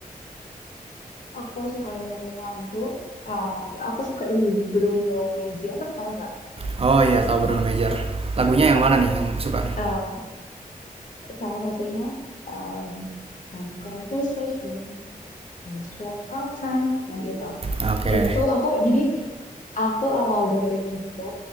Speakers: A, on the left (about 55°); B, on the right (about 40°).
A: aku suka dengerin lagu. eh, aku suka ini Bruno Major, tahu nggak?
B: Oh iya tahu Bruno Major. Lagunya yang mana nih yang suka nih?
A: Em, salah satunya em, Some Conversation, Strike Out Time, yang itu.
B: Oke.
A: Itu
B: Okay.
A: aku jadi aku awal dengerin itu